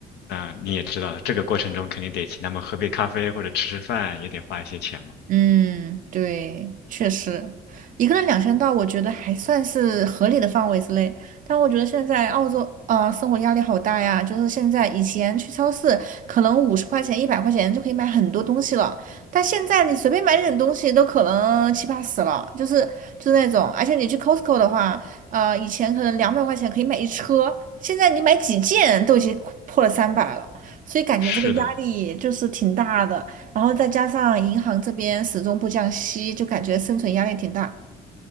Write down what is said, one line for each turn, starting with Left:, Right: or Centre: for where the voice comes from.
Left: 那你也知道，这个过程中肯定得请他们喝杯咖啡或者吃吃饭，也得花一些钱嘛。
Right: 嗯，对，确实，一个人两千到，我觉得还算是合理的范围之内。但我觉得现在澳洲，啊，生活压力好大呀。就是现在，以前去超市可能五十块钱、一百块钱就可以买很多东西了，但现在你随便买点东西都可能七八十了，就是就是那种。而且你去 Costco 的话，呃，以前可能两百块钱可以买一车，现在你买几件都已经破了三百了，所以感觉这个压力就是挺大的。
Left: 是的，
Right: 然后再加上银行这边始终不降息，就感觉生存压力挺大。